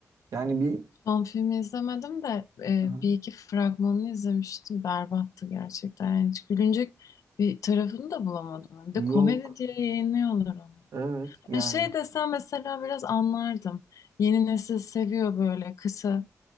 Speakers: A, on the right; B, on the left.
A: Yani bir
B: Son filmi izlemedim de e,
A: Hı-hı.
B: bir iki fragmanını izlemiştim. Berbattı gerçekten. Yani hiç gülünecek bir tarafını da bulamadım. Bir de komedi
A: Yok.
B: diye yayınlıyorlar onu.
A: Evet yani.
B: Yani şey desem mesela biraz anlardım. Yeni nesil seviyor böyle kısa